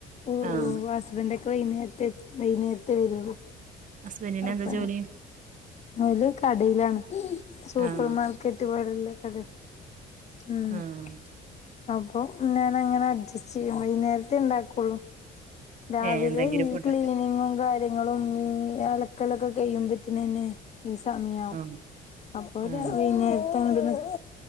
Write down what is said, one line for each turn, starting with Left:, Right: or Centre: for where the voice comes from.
Left: <unintelligible>
Right: ആഹ്
Left: ഇതൊക്കെ വൈകുന്നേരത്തെ വൈകുന്നേരത്തെ വരുള്ളൂ
Right: ഹസ്ബൻറിന്
Left: അപ്പ
Right: എന്താ ജോലി
Left: ഓല് കടീലാണ് സൂപ്പർ
Right: ആഹ്
Left: മാർക്കറ്റ് പൊലെയുള്ള കട ഉം
Right: ആഹ്
Left: <unintelligible> അപ്പൊ ഞാനങ്ങനെ അഡ്ജസ്റ്റ് ചെയ്യും. വൈന്നേരത്തെ ഇണ്ടാക്കുള്ളു രാവിലെ
Right: ഏഹ് എന്തെങ്കിലും
Left: ഈ
Right: ഫുഡൊക്കെ
Left: ക്ലീനിങ്ങും കാര്യങ്ങളും ഈ അലക്കലൊക്കെ കഴിയുമ്പത്തന് ന്നെ ഈ സമയാവും
Right: ആഹ്
Left: അപ്പോല്
Right: ആഹ്
Left: <inaudible> വൈന്നേര